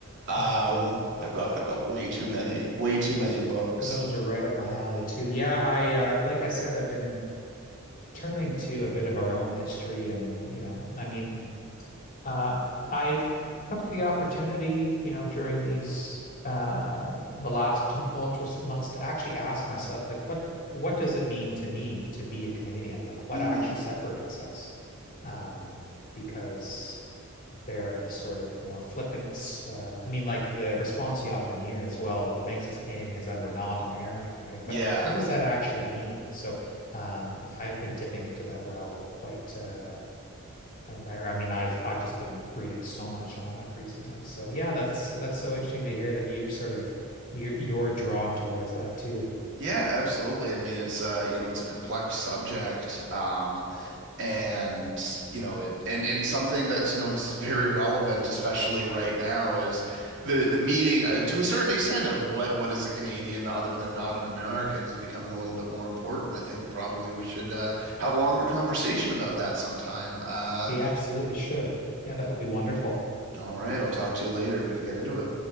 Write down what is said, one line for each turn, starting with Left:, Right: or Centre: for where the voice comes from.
Right: Um,
Left: Oh, cool.
Right: I've got I've got way too many way too
Left: Those
Right: many books.
Left: are those are right up my alley too. Yeah, I uh like I said, I've been turning to a bit of our own history and, you know, I mean, uh I took the opportunity, you know, during these uh the last tumultuous months to actually ask myself like what what does it mean to me to be a Canadian? Like what
Right: Hmm.
Left: actually separates us? Um because they are the sort of more flippant. Uh, I mean, like the response you often hear as well, what makes us Canadian is that we're not American, right?
Right: Yeah.
Left: But what does that actually mean? So um, I've been dipping into that well quite. Uh, i I mean, I've I've just been reading so much on it recently. So yeah, that's that's so interesting to hear that you've sort of you're you're drawn towards that too.
Right: Yeah, absolutely. I mean, it's uh, you know, it's a complex subject. Um, and you know it and and something that's you know it's very relevant especially right now is the the meaning uh, to a certain extent of what what is a Canadian other than not an American is becoming a little bit more important. I think probably we should uh, have a longer conversation about that sometime. Uh,
Left: We absolutely should. Yeah, that would be wonderful.
Right: all right, I'll talk to you later and we can get into it.